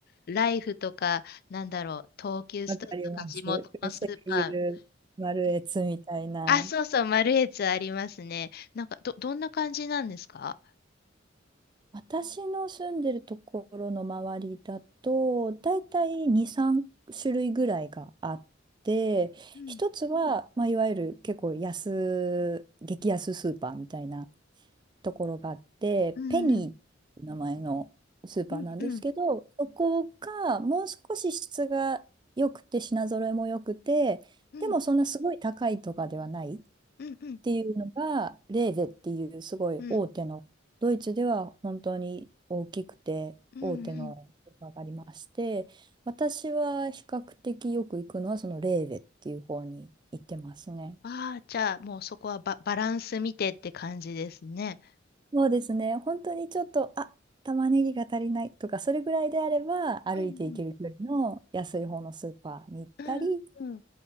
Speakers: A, on the left; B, on the right.
A: ライフとか、なんだろう、東急ストアとか地元のスーパ
B: わかります。声優、丸越みたいな。
A: ー。あ、そうそう、マルエツありますね。なんか、ど、どんな感じなんですか
B: 私の住んでるところの周りだと、だいたい2、3種類ぐらいがあって、
A: うん、
B: 一つは、まあ、いわゆる結構安、激安スーパーみたいな。ところがあって、
A: うん、
B: ペニーっていう名前のスーパーなんですけど、
A: うん、うん、
B: そこがもう少し質が良くて、品揃えも良くて、
A: うん、
B: でもそんなすごい高いとかではないっ
A: うん、うん、うん、
B: ていうのが、レーゼっていうすごい大手の、
A: うん、
B: ドイツでは本当に大きくて大手のスーパーがありまして、
A: うん、うん、
B: 私は比較的よく行くのはそのレーゼっていう方に行ってますね。
A: ああ、じゃあ、もうそこはバ、バランス見てって感じですね。
B: そうですね。本当にちょっと、あ、玉ねぎが足りないとか、それぐらいであれば、歩いていける距離の安い方のスーパーに行ったり、
A: うんうんうん、